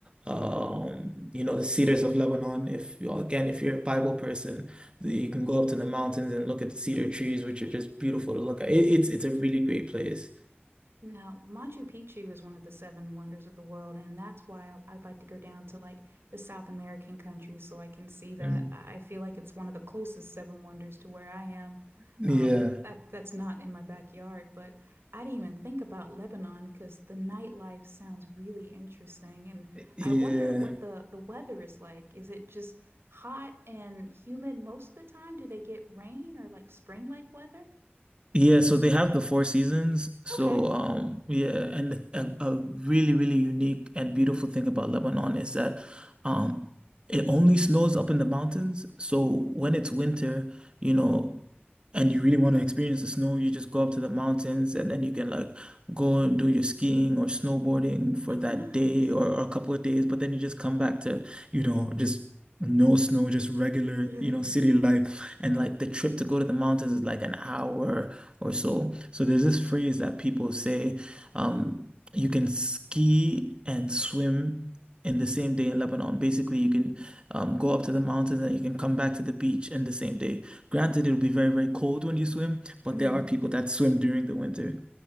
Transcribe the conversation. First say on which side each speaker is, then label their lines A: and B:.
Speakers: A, on the right; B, on the right.
A: Um, you know, the Cedars of Lebanon. If you again, if you're a Bible person, the- you can go up to the mountains and look at the cedar trees, which are just beautiful to look at. It, it's it's a really great place.
B: Now, Machu Picchu is one of the seven wonders of the world, and that's why I- I'd like to go down to like the South American countries so I can see that.
A: Mm.
B: I I feel like it's one of the closest seven wonders to where I am.
A: Yeah,
B: Um, that that's not in my backyard, but I didn't even think about Lebanon because the nightlife sounds really interesting, and
A: yeah.
B: I wonder what the the weather is like. Is it just hot and humid most of the time? Do they get rain or like spring-like weather?
A: Yeah, so they have the four seasons. So,
B: Okay.
A: um, yeah, and a, a really, really unique and beautiful thing about Lebanon is that, um, it only snows up in the mountains. So when it's winter, you know, and you really want to experience the snow, you just go up to the mountains and then you can like go and do your skiing or snowboarding for
B: Oh,
A: that
B: nice.
A: day or, or a couple of days. But then you just come back to, you know, just no snow, just regular,
B: <laughs>
A: you know, city life. And like the trip to go to the mountains is like an hour or so. So there's this phrase that people say, um, you can ski and swim in the same day in Lebanon. Basically, you can um, go up to the mountains and you can come back to the beach in the same day. Granted, it'll be very, very cold when you swim, but
B: Yeah.
A: there are people that swim during the winter.